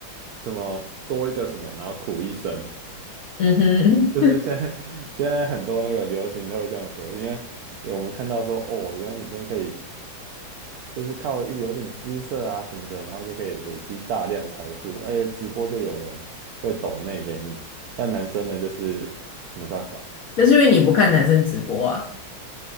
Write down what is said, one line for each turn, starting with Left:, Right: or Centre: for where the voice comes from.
Right: 什么多一个什么，然后苦一生。
Left: <laughs> 嗯哼，
Right: 就是现在，现在很多那个流行都会这样说，因为我们看到说，哦，原来女生可以，就是靠一有点姿色啊什么的，然后就可以累积大量财富，而且直播就有人会抖内给你，但男生呢，就是没办法。
Left: <laughs> 那是因为你不看男生直播啊。